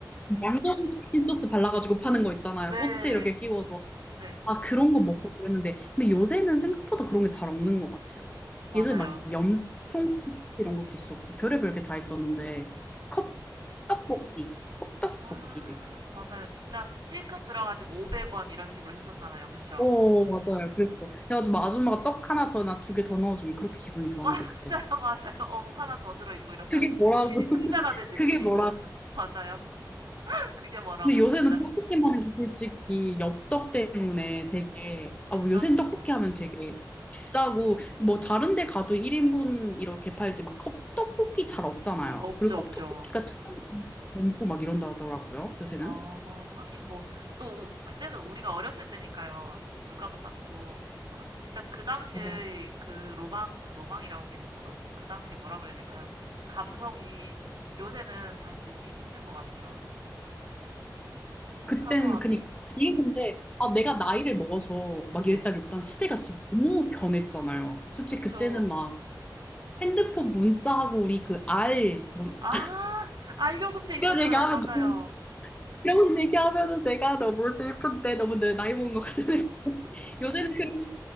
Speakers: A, on the left; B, on the right.
A: 맞아요. 양념치킨 소스 발라가지고 파는 거 있잖아요.
B: 네,
A: 꼬치 이렇게 끼워서.
B: 네.
A: 아, 그런 거 먹고 그랬는데. 근데 요새는 생각보다 그런 게 잘 없는 것 같아요.
B: 맞아요.
A: 예전에 막 염통 이런 것도 있었고, 별의별 게 다 있었는데, 컵, 떡볶이, 컵떡볶이도
B: 아,
A: 있었어.
B: 맞아요. 진짜 찔끔 들어가지고 500원 이런 식으로 했었잖아요. 그쵸?
A: 오, 맞아요. 그랬어. 그래가지고 막 아줌마가 떡 하나 더, 나 두 개 더 넣어주면 그렇게 기분이
B: <laughs>
A: 좋았는데,
B: 맞아요,
A: 그때는.
B: 맞아요. 어묵 하나 더 들어있고 이러면 <laughs>
A: 그게 뭐라고,
B: 괜히
A: <laughs>
B: 승자가 된 느낌이고.
A: 그게 뭐라고.
B: <laughs> 맞아요. <laughs> 그게 뭐라고,
A: 근데 요새는
B: 진짜.
A: 떡볶이만 해도 솔직히 엽떡 때문에 되게,
B: 비싸져서.
A: 아, 뭐 요새는 떡볶이 하면 되게 비싸고, 뭐 다른 데 가도 1인분 이렇게 팔지, 막 컵떡볶이 잘 없잖아요.
B: 없죠,
A: 그리고
B: 없죠.
A: 컵떡볶이가 천 원 넘고 막 이런다 하더라고요, 요새는.
B: 어, 하긴 뭐, 또, 우- 그때는 우리가 어렸을 때니까요. 물가도 쌌고. 아, 근데 진짜 그 당시의
A: 맞아.
B: 그 로망, 아, 로망이라고 하기엔 좀 그렇고, 그 당시 뭐라 그래야 될까요? 감성이 요새는 다시 느끼기 힘든 것 같아요. 진짜
A: 그땐,
B: 사소하게.
A: 그니까. 이게 근데, 아, 내가 나이를 먹어서 막
B: 네.
A: 이랬다기보단 시대가 진짜 너무 변했잖아요. 솔직히
B: 그쵸.
A: 그때는 막 핸드폰 문자하고 우리 그 알, 뭔,
B: 아,
A: 아,
B: 알료금 돼 있었어요.
A: 이런 얘기하면
B: 맞아요.
A: 너무 이런 얘기하면은 내가 너무 슬픈데 너무 내 나이 먹은 것 같은 느낌. <laughs> 요새는 그